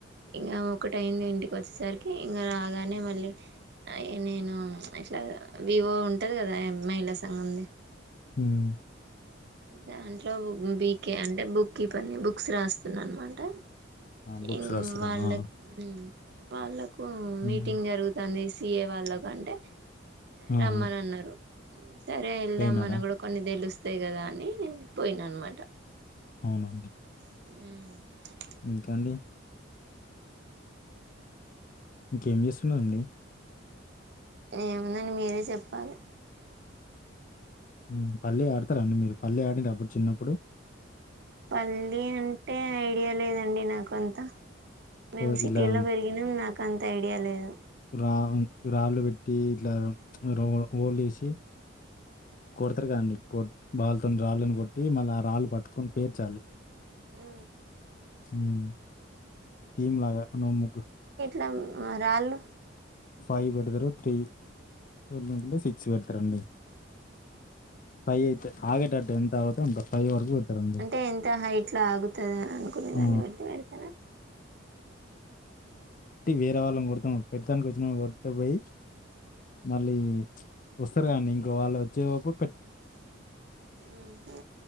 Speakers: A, on the right; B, on the left.
A: ఇంగా ఒకటి అయ్యింది ఇంటికి వచ్చేసరికి ఇంగా రాగానే మళ్ళీ నేను ఇట్లా వివో ఉంటది కదా మహిళాసంఘంది
B: ఉహు
A: దాంట్ల బీకే అంటే బుక్ బుక్ కీపర్ ని బుక్స్ రాస్తున్నా అన్నామాట
B: ఆ బుక్స్
A: ఇ
B: రాస్తుర్రా
A: వాళ్లకు
B: ఆ
A: వాళ్ళకు హ్
B: హ్మ్
A: మీటింగ్ జరుగుతంది. స్ తిరిగే వాళ్ళకంటే
B: ఆహా
A: రమ్మని అన్నారు. సరే ఎల్దం
B: పోయినారా
A: మనకు గూడ కొన్ని తెలుస్తాయి. తే కదా అని పోయిన అనమాట
B: అవున అండి
A: హ్
B: ఇంకా అండి ఇంకేం చేస్తున్నారండి.
A: ఏముందండి మీరే చెప్పాలే
B: హ్ పల్లి ఆడుతార అండి. మీరు పల్లి అడిర్ర అప్పుడు చిన్నప్పుడు
A: పల్లి అంటే ఆ డియ లేదండి నాక అంతా మేం
B: ఓ
A: సిటీలో
B: ఇలా
A: పెరిగినం నాక్ గంత ఐడియా లేదు
B: రా రాళ్ళు పెట్టి ఇట్లా ఓ లేసి కోడతారుగా అండి కోడ్ బల్తోని రాళ్ళని కొట్టి మళ్ళ ఆ రాళ్ళు పట్టుకొని పేర్చాలి.
A: హ్
B: హ్ టీమ్ లాగా అనో ఓ ముగ్గురు
A: లం రాళ్ళు
B: ఫైవ్ పేడతరు త్రీ సోల్ంలో సిక్స్ పెడతారండి పైయితే ఆగేటట్టు అాంత ఫైవ వరకు పెడతారండి.
A: అంటే ఎంత హైట్ లో ఆగుతుందని అనుకునే దాన్ని
B: ఆ!
A: బట్టి పెడతారా
B: వేర వాళ్ళం కొడతాం పెద్ద ప్రథ వడ్డ బై మళ్ళీ వస్తారు కండి ఇంకో వాళ్ళు వచ్చేపు
A: ఉహు